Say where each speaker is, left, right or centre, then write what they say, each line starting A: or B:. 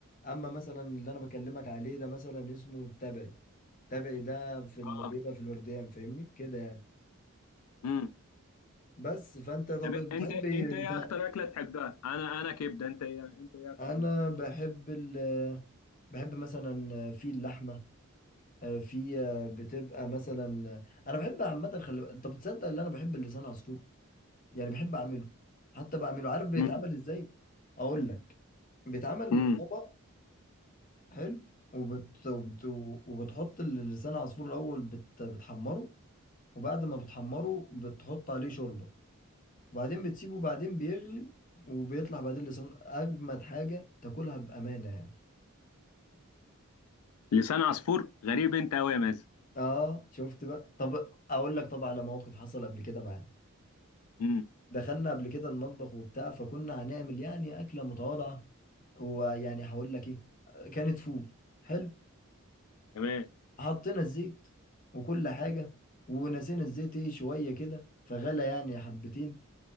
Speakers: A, on the left; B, on the left.
A: اما مثلا اللي انا بكلمك عليه ده مثلا اسمه التبعي التبعي ده في ال...
B: اه
A: بيبقى في الورديان فاهمني كده يعني
B: امم
A: بس فانت طب
B: طب
A: بتحب
B: انت
A: ايه
B: انت ايه
A: انت
B: اكتر اكله تحبها انا انا كبده انت ايه انت ايه اكتر
A: انا
B: حاجه تحبها
A: بحب ال بحب مثلا في اللحمه في بتبقى مثلا انا بحب عامه خلي انت بتصدق ان انا بحب اللسان عصفور يعني بحب اعمله حتى بعمله عارف بيتعمل
B: امم
A: ازاي اقول لك بيتعمل
B: امم
A: طبق حلو وبت... وبت... وبتحط لسان عصفور الاول بت... بتحمره وبعد ما بتحمره بتحط عليه شوربه وبعدين بتسيبه وبعدين بيغلي وبيطلع بعدين لسان اجمد حاجه تاكلها بامانه يعني
B: لسان عصفور غريب انت قوي يا مازن
A: اه شفت بقى طب اقول لك طبعا على موقف حصل قبل كده معانا
B: امم
A: دخلنا قبل كده المطبخ وبتاع فكنا هنعمل يعني اكله متواضعه ويعني هقول لك ايه كانت فول حلو
B: تمام
A: حطينا الزيت وكل حاجة ونسينا الزيت ايه شوية كده فغلى يعني حبتين